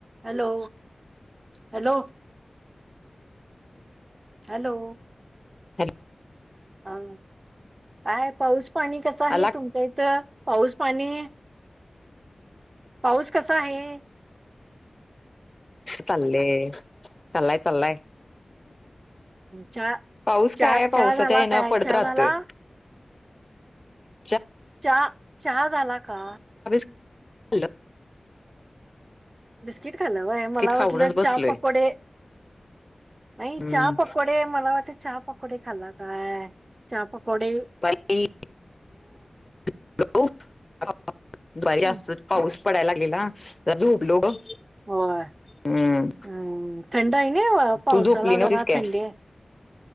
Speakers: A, on the right; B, on the left.
A: Hello, hello. हॅलो,
B: हॅल
A: हा काय पाऊस पाणी कस आहे
B: आला
A: तुमच्या इथं? पाऊस पाणी? पाऊस कसा हाये
B: चाल्ले, चलाय चलाय.
A: चहा
B: पाऊस
A: चहा
B: काय आहे
A: चहा
B: पावसाच्या
A: झाला
B: येन
A: काय
B: पडत
A: चहा
B: राहतोय.
A: झाला
B: <inaudible>
A: चहा चहा झाला का?
B: हॅलो,
A: बिस्किट खाल व्हय? मला
B: खाऊनच
A: वाटलं
B: बसलोय
A: चहा पकोडे नाही,
B: हम्म
A: चहा पकोडे मला वाट चहा पकोडे खाल्ला काय? चहा पकोडे.
B: बाई, <unintelligible> दुपारी जास्तच
A: हम्म,
B: पाऊस पडायला लागलेला, जरा झोपलो ग
A: होय,
B: हम्म
A: हं. काही नाही व पावसाला,
B: तू झोपली नव्हतीस
A: जरा
B: काय
A: थंडी आहे.